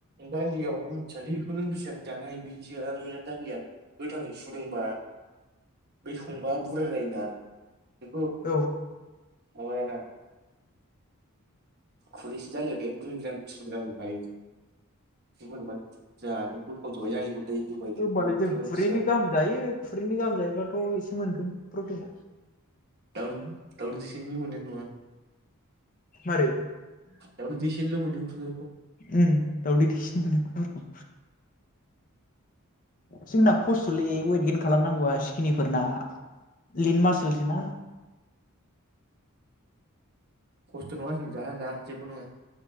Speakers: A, on the right; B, on the left.
A: दालियाव मिथियालै बेखौ नो बेसेबां जानो हायो बेनोसै आरो दालिया गोथाङै सुदोंबा बे संबा बुरजा जायोना। बेखौ
B: औ
A: माबायाना। खुरिसे दालि दुइ ग्राम थिन ग्रामखायो होनबा बुरजानो बोखाव जबाय आलिखौ दै होबाय
B: होमबालाय
A: ना बा ओंख्रि
B: जों
A: बायदिसिना
B: खुरैनै गाहाम जायो खुरैनि गाहाम जायोबाथ' एसे मोनगोन प्रटिना
A: दाव दाव दिसेनखौनो मोननाय नङा।
B: मारै
A: ए दावदै दैसेनिल मोनदों खुनुरुखुम
B: उ दावदै दैसेनो मोनो खुनुरुखुम। जोंना खस्थ'लै वेट गेन खालामनांगौआ सिखिनिफोरना लिन मासलसो ना।
A: खस्थ <unintelligible> जाया जाया जेबो नङा।